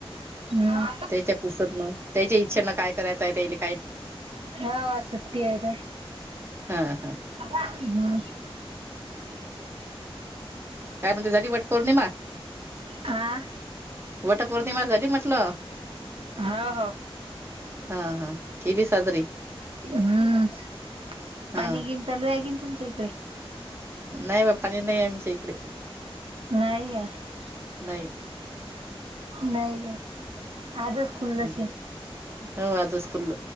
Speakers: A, on the right; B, on the right.
A: हम्म
B: तेच्या <unintelligible> नाही तेची इच्छेन काय करायचं आहे तेले
A: हाव आज सुट्टी हेे ना.
B: हा हा
A: हम्.
B: काय म्हणतीस झाली वट पौर्णिमा
A: हा
B: वट पौर्णिमा झाली म टलं?
A: हा हो.
B: हा, हा. केली साजरी
A: हम्,
B: हा
A: पाणी गिन चालू आहे किन तुमच्या इ कडे
B: नाही बा पाणी नाही आमच्या इकडे
A: नाही का
B: नाही.
A: नाही का आजच खुल्लशी,
B: हम्म. हो आजच खुल्लं